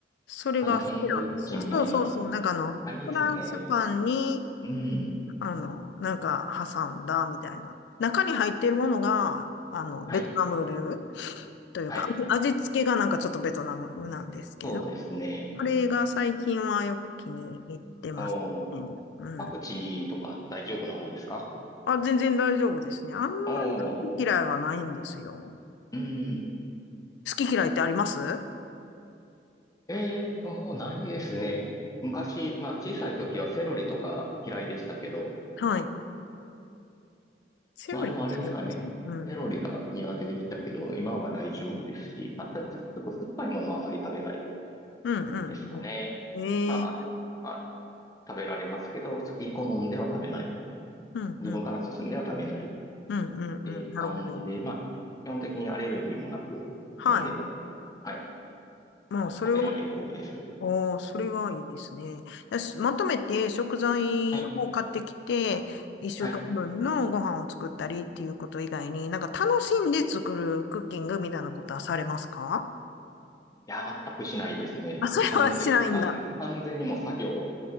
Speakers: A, on the left; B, on the left.
A: それが好きなんですよ。
B: あの、サンドイッチみたいな。
A: そうそうそう。なんかあの、
B: ありですね。
A: フランスパンに、
B: うん。
A: あの、なんか挟んだみたいな。中に入っているものが、あの、
B: はい。
A: ベトナム流というか、
B: はい。
A: 味味付けがなんかちょっとベトナム風なんですけど、
B: そうですね。
A: これが最近はよく気に入ってますね。
B: おー、
A: うん。
B: パクチーとか大丈夫な方ですか
A: あ、全然大丈夫ですね。あんまり好き嫌いはないんですよ。
B: おー、うん。
A: 好き嫌いってあります
B: えーと、もうないですね。昔、まあ小さい時はセロリとか嫌いでしたけど、
A: はい。セロリ使いますね。
B: まあでもあれですかね。
A: うん。
B: セロリが苦手でしたけど、今は大丈夫ですし、またちょっと酸っぱいものはあまり食べない
A: うん、
B: ですかね。
A: うん、うん。
B: まあ、
A: ええ
B: あまあ、食べられますけど、好き好んでは食べない。
A: うん、
B: 自分から進んでは食べない。
A: うん、
B: っ
A: うん、うん、
B: ていう感じで、
A: うん。なるほど。
B: まあ、基本的にアレルギーもなく、
A: はい。
B: 何でも、はい、
A: まあ、それは、
B: 食べられる方です。
A: おー、それはいいですね。だしまとめて食材を買ってきて、
B: はい、
A: 一週間分のご飯を作ったりっていうこと以外に、
B: はい。い
A: なんか楽しんで作るクッキングみたいなことはされますか
B: や、全くしないですね。
A: あ、それはしないんだ。
B: もう完璧、完、完全にもう作業、